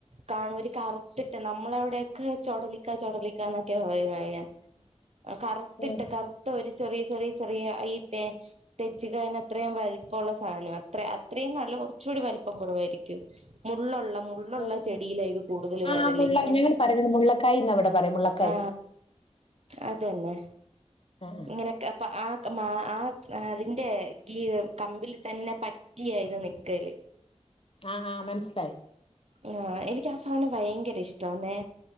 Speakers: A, on the right; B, on the left.
A: കാണുംഒരു കറുത്തിട്ട് നമ്മളവിടെയൊക്കെ ചൊടല ചടലിക്കാന്നൊക്കെ കഴിഞ്ഞ കറുത്തിട്ട്
B: ആഹ്
A: കറുത്ത ഒരു ചെറിയ ചെറിയ ചെറിയ ഈ തെ തെച്ച കയ്ന് അത്രയും വലുപ്പുള്ള സാധനം അത്ര അത്രയും നല്ല കുറച്ചുകൂടി വലിപ്പം കുറവായിരിക്കും മുള്ളുള്ള മുള്ളുള്ള
B: ആഹ്
A: ചെടിയില ഇത് കൂടുതൽ വരല്ല
B: ആഹ് ആ മുള്ള
A: ഇങ്ങനെ
B: ഞങ്ങള് പറയണത് മുള്ളക്കായിന്നാ ഇവിടെ പറയാ മുള്ളക്കായി
A: ആ അതന്നെ.
B: ആഹ്
A: ഇങ്ങനയൊക്കെ അപ്പ ആക്ക് മാ. ആ അതിന്റെ ഈ കമ്പിൽ തന്നെ പറ്റിയായിരുന്നു നിക്കല്.
B: ആ ആ മനസ്സിലായി.
A: ആ എനിക്ക് ആ സാനം ഭയങ്കര ഇഷ്ടമാന്നെ.